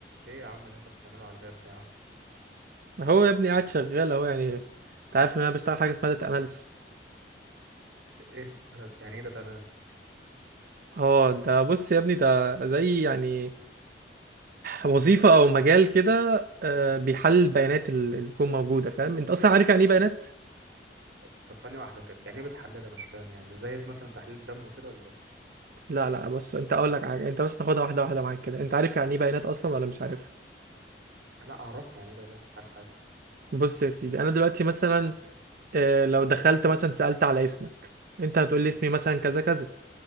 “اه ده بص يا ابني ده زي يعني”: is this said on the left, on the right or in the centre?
Right